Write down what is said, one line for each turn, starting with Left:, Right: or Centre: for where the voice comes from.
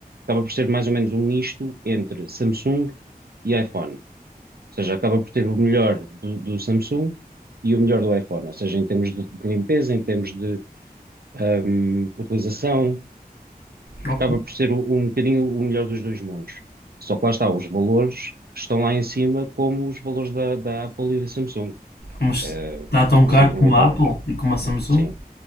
Right: acaba por ser mais ou menos um misto entre Samsung e iPhone. Ou seja, acaba por ter o melhor do, do Samsung e o melhor do iPhone. Ou seja, em termos de, de limpeza, em termos hum, utilização, acaba
Left: Ok.
Right: por ser o- um bocadinho o melhor dos dois mundos. Só que lá está, os valores estão lá em cima, como os valores da, da Apple e da Samsung.
Left: Mas
Right: Eh,
Left: está tão caro
Right: por exemplo,
Left: como
Right: mil e tal
Left: a Apple
Right: euros
Left: e como a Samsung.
Right: Sim,